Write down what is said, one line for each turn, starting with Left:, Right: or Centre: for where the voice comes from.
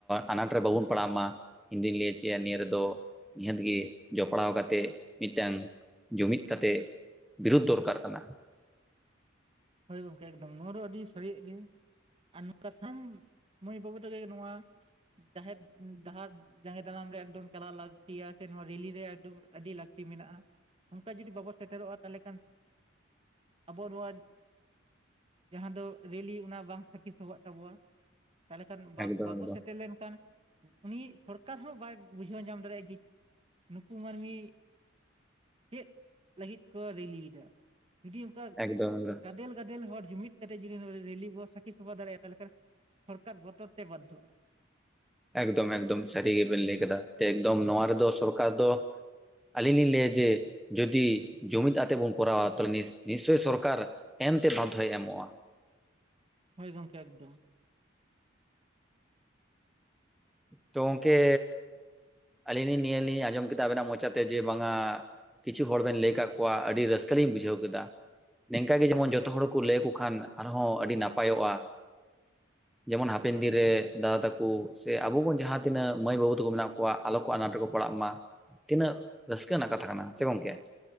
Centre: ᱟᱱᱟᱴ ᱨᱮ ᱵᱟᱵᱚᱱ ᱯᱟᱲᱟᱜ ᱢᱟ ᱤᱧ ᱫᱩᱧ ᱞᱟᱹᱭ ᱦᱚᱪᱚᱭᱟ ᱱᱤᱭᱟᱹ ᱨᱮᱫᱚ ᱱᱤᱦᱟᱹᱛ ᱜᱮ ᱡᱚᱯᱲᱟᱣ ᱠᱟᱛᱮᱫ ᱢᱤᱫᱴᱟᱝ ᱡᱩᱢᱤᱫ ᱠᱟᱛᱮ ᱵᱤᱨᱩᱫᱷ ᱫᱚᱨᱠᱟᱨ ᱠᱟᱱᱟ
Right: ᱦᱳᱭ ᱜᱚᱝᱠᱮ ᱮᱠᱚᱢ ᱱᱚᱣᱟ ᱫᱚ ᱟᱹᱰᱤ ᱥᱟᱹᱨᱤᱭᱟᱜ ᱜᱮ ᱟᱨ ᱠᱟᱥᱟᱢ ᱢᱟᱹᱭ ᱵᱟᱹᱵᱩ ᱛᱟᱞᱮ ᱱᱚᱣᱟ ᱡᱟᱦᱮᱨ ᱰᱟᱦᱟᱨ ᱡᱟᱸᱜᱮ ᱫᱟᱨᱟᱢ ᱨᱮ ᱮᱠᱫᱚᱢ ᱪᱟᱞᱟᱣ ᱞᱟᱹᱠᱛᱤᱭᱟ ᱥᱮ ᱱᱚᱣᱟ ᱨᱤᱞᱤ ᱨᱮ ᱟᱹᱰᱤ ᱞᱟᱹᱠᱛᱤ ᱢᱮᱱᱟᱜᱼᱟ ᱚᱱᱠᱟ ᱡᱩᱫᱤ ᱵᱟᱵᱚ ᱥᱮᱴᱮᱨᱚᱜᱼᱟ ᱛᱟᱦᱚᱞᱮ ᱠᱷᱟᱱ ᱟᱵᱚ ᱱᱚᱣᱟ <inaudible> ᱡᱟᱦᱟᱸ ᱫᱚ ᱨᱮᱞᱤ ᱚᱱᱟ ᱵᱟᱝ ᱥᱟᱹᱠᱷᱤ ᱥᱚᱵᱷᱟᱜ ᱛᱟᱵᱚᱣᱟ ᱛᱟᱦᱚᱞᱮ ᱠᱷᱟᱱ ᱵᱟᱝ
Centre: ᱮᱠᱫᱚᱢ
Right: ᱵᱟᱵᱚ
Centre: ᱮᱠᱫᱚᱢ
Right: ᱥᱮᱴᱮᱨ ᱞᱮᱱᱠᱷᱟᱱ, ᱩᱱᱤ ᱥᱚᱨᱠᱟᱨ ᱦᱚᱸ ᱵᱟᱭ ᱵᱩᱡᱷᱟᱹᱣ ᱧᱟᱢ ᱫᱟᱲᱮᱭᱟᱜᱼᱟ ᱡᱮ ᱱᱩᱠᱩ ᱢᱟᱹᱱᱢᱤ ᱪᱮᱫ ᱞᱟᱹᱜᱤᱫ ᱠᱚ ᱨᱮᱞᱤᱭᱫᱟ ᱡᱩᱫᱤ ᱚᱱᱠᱟ
Centre: ᱮᱠᱫᱚᱢ ᱮᱠᱫᱚᱢ
Right: ᱜᱟᱫᱮᱞ ᱜᱟᱫᱮᱞ ᱦᱚᱲ ᱡᱩᱢᱤᱫ ᱠᱟᱛᱮ ᱡᱩᱫᱤ ᱱᱚᱰᱮ ᱨᱮᱞᱤ ᱵᱚᱱ ᱥᱟᱠᱷᱤ ᱥᱚᱵᱷᱟ ᱫᱟᱲᱮᱭᱟᱜᱼᱛᱟᱦᱚᱞᱮ ᱠᱷᱟᱱ ᱥᱚᱨᱠᱟᱨ ᱵᱚᱛᱚᱨ ᱛᱮ ᱵᱟᱫᱽᱫᱷᱚᱜᱼᱟ᱾
Centre: ᱮᱠᱫᱚᱢ ᱮᱠᱫᱚᱢ ᱥᱟᱹᱨᱤ ᱜᱮ ᱵᱮᱱ ᱞᱟᱹᱭ ᱠᱮᱫᱟ ᱮᱠᱫᱚᱢ ᱱᱚᱣᱟ ᱨᱮᱫᱚ ᱥᱚᱨᱠᱟᱨ ᱫᱚ ᱟᱹᱞᱤᱧ ᱞᱤᱧ ᱞᱟᱹᱭᱟ ᱡᱮ ᱡᱩᱫᱤ ᱡᱩᱢᱤᱫ ᱟᱛᱮᱫ ᱵᱚᱱ ᱠᱚᱨᱟᱣᱟ, ᱛᱟᱦᱚᱞᱮ ᱱᱤᱥᱪᱚᱭ ᱥᱚᱨᱠᱟᱨ ᱮᱢᱛᱮ ᱵᱟᱫᱽᱫᱷᱚᱭ ᱮᱢᱚᱜᱼᱟ᱾
Right: ᱦᱳᱭ ᱜᱚᱢᱠᱮ ᱮᱠᱫᱚᱢ᱾
Centre: ᱛᱚ ᱜᱚᱝᱠᱮ ᱟᱹᱞᱤᱧ ᱞᱤᱧ ᱱᱤᱭᱟᱹ ᱞᱤᱧ ᱟᱸᱡᱚᱢ ᱠᱮᱫᱟ ᱟᱵᱮᱱᱟᱜ ᱢᱚᱪᱟᱛᱮ ᱡᱮ ᱵᱟᱝ-ᱟ ᱠᱤᱪᱷᱩ ᱦᱚᱲ ᱵᱮᱱ ᱞᱟᱹᱭ ᱠᱟᱫ ᱠᱚᱣᱟ ᱟᱹᱰᱤ ᱨᱟᱹᱥᱠᱟᱹ ᱞᱤᱧ ᱵᱩᱡᱷᱟᱹᱣ ᱠᱮᱫᱟ᱾ ᱱᱤᱝᱠᱟᱹ ᱜᱮ ᱡᱮᱢᱚᱱ ᱡᱚᱛᱚ ᱦᱚᱲ ᱠᱚ ᱞᱟᱹᱭᱟᱠᱚ ᱠᱷᱟᱱ ᱟᱨᱦᱚᱸ ᱟᱹᱰᱤ ᱱᱟᱯᱟᱭᱚᱜᱼᱟ᱾ ᱡᱮᱢᱚᱱ ᱦᱟᱯᱮᱱ ᱫᱤᱱ ᱨᱮ ᱫᱟᱫᱟ ᱛᱟᱠᱚ ᱥᱮ ᱟᱵᱚ ᱵᱚᱱ ᱡᱟᱦᱟᱸ ᱛᱤᱱᱟᱹᱜ ᱢᱟᱹᱭ ᱵᱟᱹᱵᱩ ᱛᱟᱠᱚ ᱢᱮᱱᱟᱜ ᱠᱚᱣᱟᱜ ᱟᱞᱚ ᱠᱚ ᱟᱱᱟᱴ ᱨᱮᱠᱚ ᱯᱟᱲᱟᱜ ᱢᱟ, ᱛᱤᱱᱟᱹᱜ ᱨᱟᱹᱥᱠᱟᱹ ᱨᱮᱱᱟᱜ ᱠᱟᱛᱷᱟ ᱠᱟᱱᱟ ᱥᱮ ᱜᱚᱢᱠᱮ?